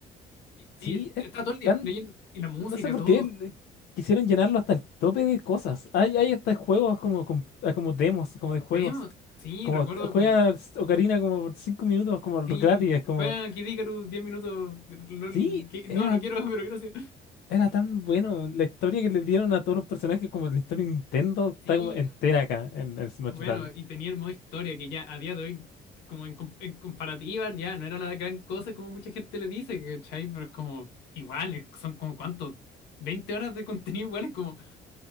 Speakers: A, on the left; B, on the left.
A: Y,
B: Sí,
A: y est-
B: es
A: todo el día
B: tan.
A: leyendo. Y la música,
B: No sé por
A: todo.
B: qué le- quisieron llenarlo hasta el tope de cosas. Hay, hay hasta juegos como, com- ah, como demos, como de juegos.
A: Tenemos. Sí,
B: Como
A: recuerdo
B: juegas
A: como.
B: Ocarina como por cinco minutos, como
A: Sí,
B: gratis. Es como.
A: juega Kid Icarus 10 minutos. LOL,
B: Sí,
A: que-
B: era,
A: no, no quiero, <laughs> pero gracias.
B: era tan bueno. La historia que le dieron a todos los personajes, como la historia de Nintendo, está
A: Sí,
B: como entera acá en el Smash
A: bueno,
B: Bros.
A: y tenía el modo historia que ya a día de hoy, como en, com- en comparativa, ya no era la gran cosa como mucha gente le dice, ¿cachai? Pero es como. Igual, es- son como cuánto. veinte horas de contenido igual es como.